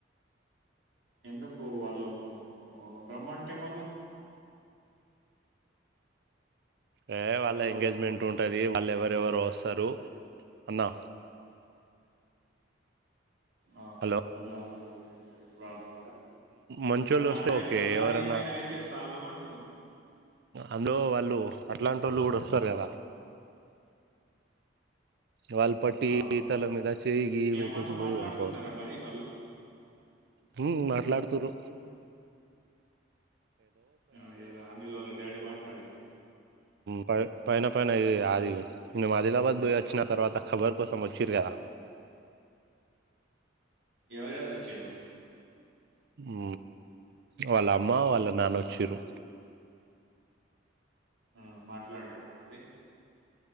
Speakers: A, on the right; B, on the right.
A: ఎందుకు వాళ్ళు రమ్మంటే మళ్ళా
B: ఏ వాళ్ళ
A: హలో
B: ఎంగేజ్మెంట్ ఉంటది వాళ్ళు ఎవరెవరు వస్తారు అన్నా
A: ఆ
B: హలో
A: న అది ప్రాబ్లం
B: మంచోళ్ళు
A: ఆ
B: వస్తే
A: అదే
B: ఓకే
A: మళ్ళా
B: ఎవరన్నా
A: ఏమైనా అయితే ప్రాబ్లమ్ అంటుందా
B: అందులో వాళ్ళు అట్లాంటి వాళ్ళు కూడా వస్తారు
A: అవు
B: కదా వాళ్ళ పట్టి
A: అవును
B: తల మీద చేయగి
A: మీ
B: బట్టేసి
A: అమ్మతో
B: పోయి
A: మాట్లాడుతున్నారా
B: అనుకో
A: మరి వాళ్ళు
B: హ మాట్లాడుతారు
A: ఉమ్, ఆ ఏదో అనిల్ వాల్ళ డాడీ మాట్లాడిన
B: ప పైన పై అది మేము ఆదిలాబాద్ పోయి వచ్చిన తర్వాతఖబర్ కోసం వచ్చిర కద
A: ఎవరవరొచ్చింటు
B: ఉ వాళ్ళ అమ్మ వాళ్ళ నాన్నచ్చరు
A: ఆ మాట్లాడండి మరి